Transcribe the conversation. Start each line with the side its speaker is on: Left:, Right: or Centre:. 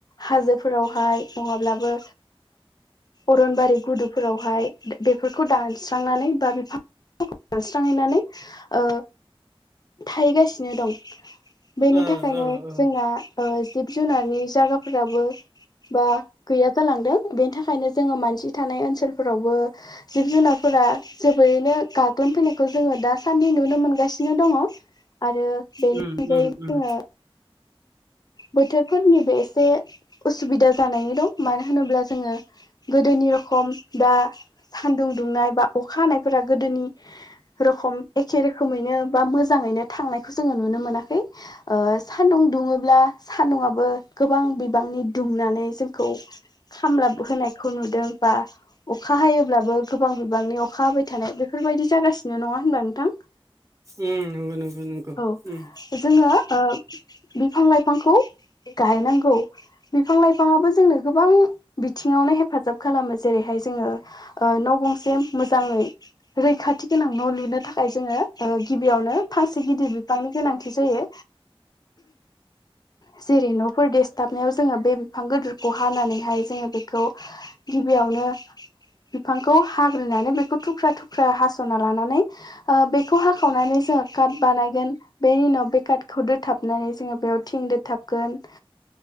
Left: हाजोफोरावहाय नङाब्लाबो अरनबारि गुदु फोरावहाय बेफोरखौ दानस्रांनानै बा बिफां दानस्रांहैनानै ओ थाहैगासिनो दं बेनि
Right: ओ
Left: थाखायनो
Right: ओ ओ
Left: जोंना ओ जिब जुनारनि जायगाफोराबो बा गैया जालांदों बेनि थाखायनो जोङो मानसि थानाय ओनसोलफोरावबो जिब जुनारफोरा जोबोरैनो गाग्लोबफैनायखौ जोङो दासान्दि नुनो मोनगासिनो दिनो दङ आरो बेनि
Right: उम
Left: अनगायैबो
Right: उम उम
Left: जोङो बोथोरफोरनिबो एसे उसुबिदा जानानै दं मानो होनोब्ला जोङो गोदोनि रखम दा सानदुं दुंनाय बा अखा हानायफोरा गोदोनि रखम एखे रोखैनो बा मो मोजाङैनो थांनायखौ जोङो नुनो मोनाखै ओ सान्दुं दुङोब्ला सानदुंआबो गोबां बिबांनि दुंनानै जोंखौ खामलाब होनायखौ नुदों बा अखा हायोब्लाबो गोबां बिबांनि अखा हाबाय थानाय बेफोरबायदि जागासिनो नङा होनबा नोंथां।
Right: उम नंगौ नंगौ नंगौ
Left: औ
Right: उम।
Left: जोङो ओ बिफां लाइफांखौ गायनांगौ। बिफां लाइफाङाबो जोंनो गोबां बिथिङावनो हेफाजाब खालामो जेरैहाय जोङो। ओ न' गंसे मोजाङै रैखाथि गोनां न' लुनो थाखाय जोङो ओ गिबियावनो फांसे गिदिर बिफांनि गोनांथि जायो। जेरै न'फोर देसथाबनायाव जोङो बे बिफां गोदोरखौ हानानैहाय जोङो बेखौ गिबियावनो। बिफांखौ हाग्रोनानै बेखौ थुख्रा थुख्रा हास'ना लानानै ओ बेखौ हाखावनानै जोङो काट बानायगोन बेनि उनाव बे काटखौ दोथाबनानै जोङो बेयाव थिं दोथाबगोन।